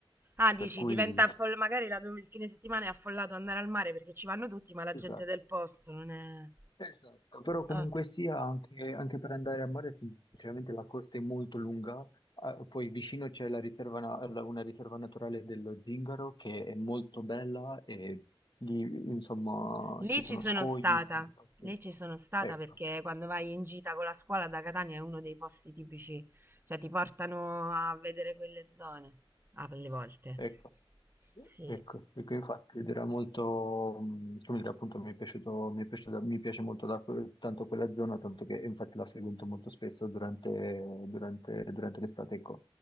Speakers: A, on the right; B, on the left.
A: Ah, dici,
B: per cui,
A: diventa affoll-
B: <laughs>
A: magari la- il fine settimana è affollato andare al mare perché ci vanno tutti, ma la
B: esatto.
A: gente del posto non è.
B: Esatto, però comunque
A: Ah.
B: sia anche, anche per andare a mare, sinceramente la costa è molto lunga, Ah, poi vicino c'è la riserva na- la- una riserva naturale dello Zingaro che è molto bella e lì insomma
A: Lì
B: ci
A: ci
B: sono
A: sono
B: scogli,
A: stata,
B: ma anche passi.
A: lì ci sono stata
B: Ecco.
A: perché quando vai in gita con la scuola da Catania è uno dei posti tipici, cioè ti portano a vedere quelle zone, alle volte.
B: Ecco,
A: Sì,
B: ecco, ecco, infatti ed era molto, mh, come dire, appunto mi è piaciuto, mi è piaciuta- mi piace molto la- tanto quella zona, tanto che infatti la frequento molto spesso durante, durante- durante l'estate, ecco.